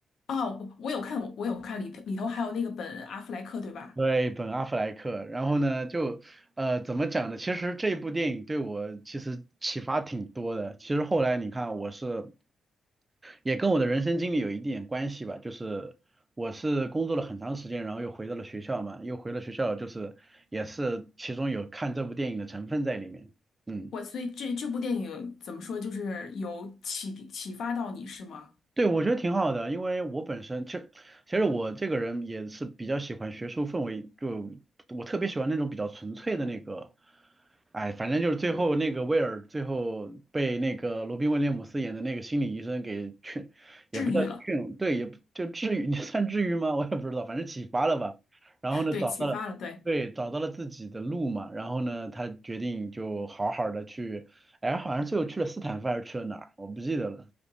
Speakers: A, on the left; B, on the right.
A: 哦，我有看我有看里头里头还有那个本阿弗莱克对吧？
B: 对，本阿弗莱克。然后呢，就呃怎么讲呢？其实这部电影对我其实启发挺多的。其实后来你看，我是也跟我的人生经历有一点关系吧，就是我是工作了很长时间，然后又回到了学校嘛，又回了学校，就是也是其中有看这部电影的成分在里面，嗯。
A: 我所以这这部电影怎么说，就是有启迪启发到你是吗？
B: 对，我觉得挺好的，因为我本身其实其实我这个人也是比较喜欢学术氛围，就我特别喜欢那种比较纯粹的那个，哎，反正就是最后那个威尔最后被那个罗宾威廉姆斯演的那个心理医生给劝，也不叫劝，
A: 治愈了，
B: 对，也不就治愈，你算治愈吗？<laughs> 我也不知道，反正启发了吧。然后呢，
A: 对，
B: 找到了，
A: 启发了，对，
B: 对，找到了自己的路嘛。然后呢，他决定就好好的去，哎，好像最后去了斯坦福还是去了哪儿，我不记得了。